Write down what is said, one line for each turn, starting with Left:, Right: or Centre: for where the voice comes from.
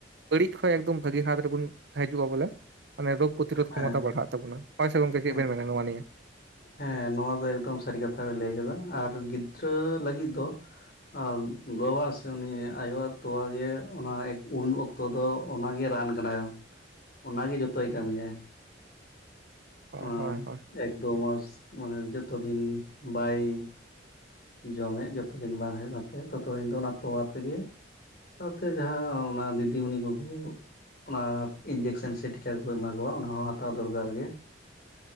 Right: ᱵᱟᱹᱲᱤᱡ ᱠᱷᱚᱡ ᱮᱠᱫᱚᱢ ᱵᱷᱟᱹᱜᱤ ᱦᱟᱛ ᱨᱮᱵᱩᱱ ᱦᱟᱡᱩᱜᱼᱟ ᱵᱚᱞᱮ ᱢᱟᱱᱮ ᱨᱳᱜ ᱯᱚᱛᱨᱳᱫ
Left: ᱦᱮᱸ
Right: ᱠᱷᱚᱢᱚᱛᱟ ᱵᱟᱲᱦᱟᱜ ᱛᱟᱵᱚᱱᱟ ᱦᱳᱭ ᱥᱮ ᱜᱚᱝᱠᱮ
Left: ᱦᱮᱸ
Right: ᱪᱮᱜ ᱵᱮᱱ ᱢᱮᱱᱟ ᱱᱚᱣᱟ ᱱᱤᱭᱟᱹ?
Left: ᱦᱮᱸ ᱱᱚᱣᱟ ᱫᱚ ᱮᱠᱫᱚᱢ ᱥᱟᱹᱨᱤ ᱠᱟᱛᱷᱟ ᱵᱮᱱ ᱞᱟᱹᱭ ᱠᱟᱫᱟ ᱟᱨ ᱜᱤᱫᱽᱨᱟᱹ ᱞᱟᱹᱜᱤᱫ ᱫᱚ ᱟ ᱜᱚᱣᱟ ᱥᱮ ᱩᱱᱤ ᱟᱭᱳᱣᱟᱜ ᱛᱚᱣᱟ ᱜᱮ ᱚᱱᱟ ᱮᱠ ᱩᱱ ᱚᱠ ᱛᱚ ᱫᱚ ᱚᱱᱟ ᱜᱤ ᱨᱟᱱ ᱠᱟᱱᱟ ᱚᱱᱟ ᱜᱤ ᱡᱚᱛᱚᱭ ᱠᱟᱹᱢᱤᱭᱟ᱾
Right: ᱦᱳᱭ
Left: ᱟᱸ
Right: ᱦᱳᱭ ᱦᱳᱭ
Left: ᱮᱠ ᱫᱳ ᱢᱟᱥ ᱢᱟᱱᱮ ᱡᱚᱛᱚ ᱫᱤᱱ ᱵᱟᱭ ᱡᱚᱢᱮᱜ ᱡᱚᱛᱚ ᱫᱤᱱ ᱵᱟᱝ ᱦᱩᱭᱩᱜ ᱠᱟᱱ ᱛᱟᱭᱟ ᱛᱚᱛᱚ ᱫᱤᱱ ᱫᱚ ᱚᱱᱟ ᱛᱚᱣᱟ ᱛᱮᱜᱮ ᱥᱟᱶ ᱛᱮ ᱡᱟᱦᱟᱸ ᱚᱱᱟ ᱫᱤᱫᱤᱢᱩᱱᱤ ᱠᱚᱠᱚ ᱚᱱᱟ ᱤᱱᱡᱮᱠᱥᱮᱱ ᱥᱮ ᱴᱤᱠᱟ ᱠᱚᱠᱚ ᱮᱢᱟ ᱠᱚᱣᱟ ᱚᱱᱟ ᱦᱚᱸ ᱦᱟᱛᱟᱣ ᱫᱚᱨᱠᱟᱨ ᱜᱮ᱾